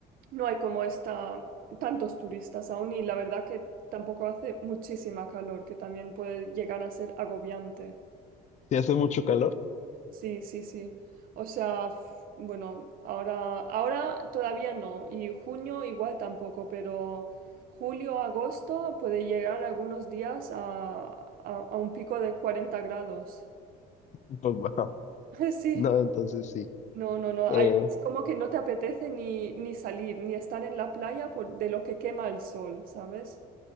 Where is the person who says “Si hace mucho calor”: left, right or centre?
Left